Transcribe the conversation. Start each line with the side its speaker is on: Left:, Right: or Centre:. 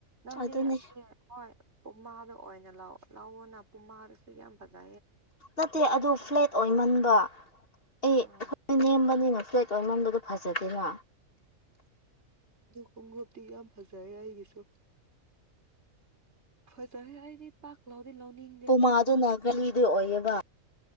Right: ꯅꯪꯗꯤ
Left: ꯑꯗꯨꯅꯦ
Right: ꯑꯁꯤ ꯍꯣꯏ ꯄꯨꯃꯥꯗꯣ ꯑꯣꯏꯅ ꯂꯥꯎ ꯂꯧꯔꯅ ꯄꯨꯃꯥꯗꯨꯁꯨ ꯌꯥꯝ ꯐꯖ
Left: ꯅꯠꯇꯦ ꯑꯗꯨ ꯐ꯭ꯂꯦꯠ ꯑꯣꯏꯃꯟꯕ ꯑꯩ
Right: ꯑꯥ
Left: ꯅ ꯅꯦꯝꯕꯅꯤꯅ ꯐ꯭ꯂꯦꯠ ꯑ‌ꫭꯏꯃꯟꯕꯗꯨ ꯐꯖꯗꯦꯅ
Right: ꯗꯨ ꯀꯨꯝꯒꯕꯗꯤ ꯌꯥꯝ ꯐꯖꯥꯏ ꯑꯩꯒꯤꯁꯨ ꯐꯖꯔꯦ ꯑꯩꯗꯤ ꯄꯥꯛ ꯂꯧꯎꯗꯤ ꯂꯧꯅꯤꯡ
Left: ꯄꯨꯃꯥꯗꯨꯅ ꯀꯥꯂꯤꯗꯤ ꯑꯣꯏꯌꯦꯕ